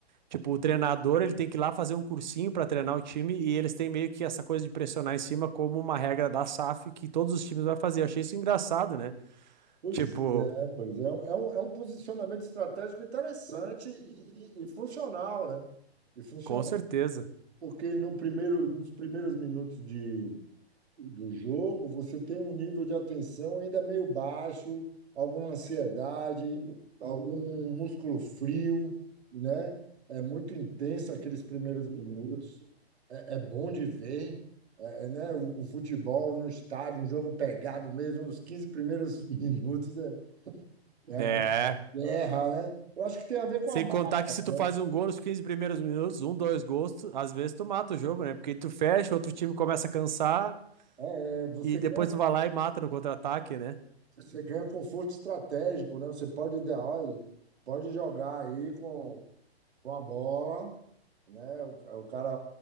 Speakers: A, on the right; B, on the right.
A: tipo, o treinador, ele tem que ir lá fazer um cursinho para treinar o time e eles têm meio que essa coisa de pressionar em cima como uma regra da SAF que todos os times vão fazer. Eu achei isso engraçado, né?
B: pois
A: Tipo,
B: é, pois é, é um, é um é um posicionamento estratégico interessante e, e- e funcional, né? E funcional,
A: com certeza.
B: porque no primeiro, nos primeiros minutos de do jogo, você tem um nível de atenção ainda meio baixo, alguma ansiedade, algum músculo frio, né? É muito intenso aqueles primeiros minutos. É é bom de ver, é, é, né? O, o futebol no estádio, um jogo pegado mesmo, os 15 primeiros <laughs> minutos é, é aquela
A: É.
B: guerra, né? Eu acho que tem a ver com
A: Sem
B: a marca,
A: contar que se
B: né?
A: tu faz um gol nos 15 primeiros minutos, um, dois gols, tu- às vezes tu mata o jogo, né? Porque tu fecha, outro time começa a cansar
B: É, você
A: e
B: ganha,
A: depois tu vai lá e mata no contra-ataque, né?
B: você ganha conforto estratégico, né? Você pode, dar- olha, pode jogar aí com com a bola, né? O, o cara